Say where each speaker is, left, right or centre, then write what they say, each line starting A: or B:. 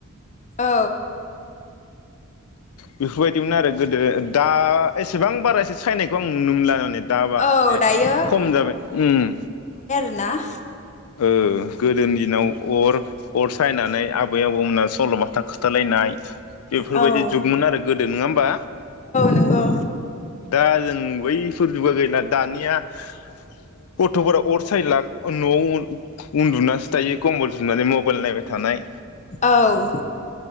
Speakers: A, on the left; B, on the left.
A: औ
B: बेफोरबायदिमोन आरो गोदो दा एसेबां बारा एसे सायनायखौ आं नुनो मोनला माने दाबा
A: औ
B: ए
A: दायो
B: खम जाबाय उम
A: ना
B: औ गोदोनि दिनाव अर अर सायनानै आबै आबौमोनास सल'बाथा खोथालायनाय बेफोरबायदि
A: औ
B: जुगमोन आरो गोदो नोङा ओमबा?
A: नंगौ
B: दा जों बै फोर जुगा गैला दानिया होफ <unintelligible> गथ'फोरा अर सायला ओ न'आव‌ ओन उन्दुनासो थायो कम्बल जोमनानै मबाइल नायबाय थानाय।
A: औ